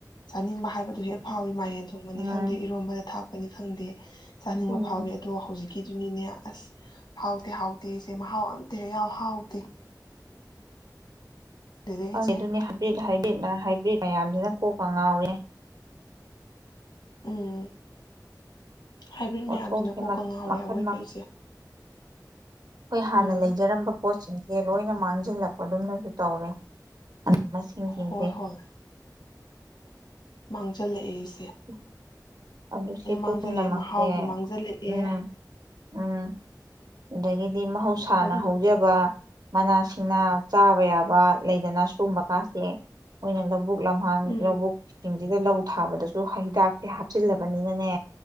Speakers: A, on the left (about 80°); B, on the right (about 65°).
A: ꯆꯥꯅꯤꯡꯕ ꯍꯥꯏꯕꯗꯨ ꯍꯦꯛ ꯐꯥꯎꯏꯤ ꯃꯥꯏꯔꯦꯟ ꯊꯣꯡꯕꯅꯤ
B: ꯎꯝ
A: ꯈꯪꯗꯦ ꯏꯔꯣꯝꯕꯗ ꯊꯥꯛ ꯅꯤ ꯈꯪꯗꯦ ꯆꯥꯅꯤꯡꯕ
B: ꯎꯝ
A: ꯐꯥꯎꯋꯤ ꯑꯗꯣ ꯍꯧꯖꯤꯛꯀꯤ ꯑꯗꯨꯅꯤꯅꯦ ꯑꯁ ꯍꯥꯎꯇꯦ -ꯍꯥꯎꯇꯦ ꯑꯩꯁꯦ ꯃꯍꯥꯎ ꯑꯝꯇꯦꯛ ꯍꯥꯎ ꯍꯥꯎꯇꯦ꯫
B: <unintelligible>
A: ꯗꯦꯗ ꯏꯆꯦ
B: ꯑꯗꯨꯅꯦ ꯍꯥꯏ꯭ꯔꯤꯠ ꯍꯥꯏꯕꯠ ꯍꯥꯏꯕ꯭ꯔꯤꯠ ꯃꯌꯥꯝꯁꯤꯅ ꯀꯣꯛꯀ ꯉꯥꯎꯔꯦ꯫
A: ꯎꯝ꯫ ꯍꯥꯏꯕ꯭ꯔꯤꯠ
B: ꯄꯣꯠꯊꯣꯛꯁꯦ
A: ꯃꯌꯥꯝꯁꯤꯅ ꯀꯣꯛꯀ ꯉꯥꯎꯔꯦ
B: ꯃꯈꯟ
A: ꯑꯋꯣꯏꯕ ꯏꯆꯦ꯫
B: ꯑꯈꯣꯏ ꯍꯥꯟꯅ
A: ꯎꯝ
B: ꯂꯩꯖꯔꯝꯕ ꯄꯣꯠꯁꯤꯡ ꯑꯦ ꯂꯣꯏꯅ ꯃꯥꯡꯓꯤꯜꯂꯛꯄ ꯗꯨꯝꯅꯁꯨ ꯇꯧꯔꯦ <unintelligible> ꯃꯁꯤꯡꯁꯤꯡꯁꯦ
A: ꯍꯣꯏ ꯍꯣꯏ ꯃꯥꯡꯓꯜꯂꯛꯑꯦ
B: <unintelligible> ꯑꯗꯨ ꯁꯤ ꯄꯨꯝꯅꯃꯛꯁꯦ
A: ꯃꯥꯡꯖꯜꯂꯛꯑꯦ ꯃꯍꯥꯎꯁꯨ ꯃꯥꯡꯖꯜꯂꯛꯑꯦ
B: ꯎꯝ ꯎꯝ ꯑꯗꯒꯤꯗꯤ ꯃꯍꯧꯁꯥꯅ
A: ꯑꯗꯨ
B: ꯍꯧꯖꯕ ꯃꯅꯥꯁꯤꯡꯅꯥ ꯆꯥꯕ ꯌꯥꯕ ꯂꯩꯗꯅ ꯁꯨꯒꯨꯝꯕ ꯀꯥꯁꯦ ꯑꯣꯏꯅ ꯂꯧꯕꯨꯛ ꯂꯝꯍꯥꯡ
A: ꯎꯝ
B: ꯂꯧꯕꯨꯛꯁꯤꯡ ꯁꯤꯗ ꯂꯧ ꯊꯥꯕꯗꯁꯨ ꯍꯩꯗꯥꯛꯁꯦ ꯍꯥꯞꯆꯤꯜꯂꯕꯅꯤꯅꯅꯦ